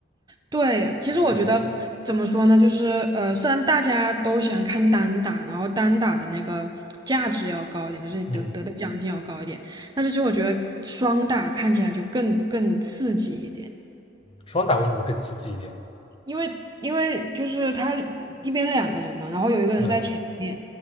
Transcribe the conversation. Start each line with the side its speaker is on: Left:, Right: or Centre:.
Right: 对，其实我觉得怎么说呢，
Left: 嗯
Right: 就是呃，虽然大家都喜欢看单打，然后单打的那个价值要高一点，就是你得得的奖金要高一点，
Left: 嗯，
Right: 但是其实我觉得双打看起来就更更刺激一点，
Left: 双打为什么更刺激一点？
Right: 因为因为就是他一边两个人嘛，然后有一个人在前面，
Left: 嗯